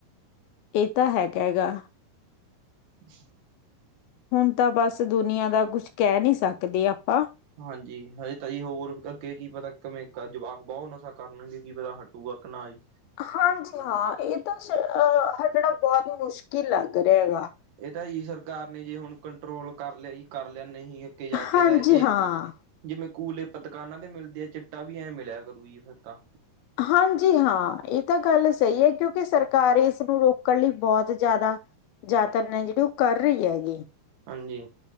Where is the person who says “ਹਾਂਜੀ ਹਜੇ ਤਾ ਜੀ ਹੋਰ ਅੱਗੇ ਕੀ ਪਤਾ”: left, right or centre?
Right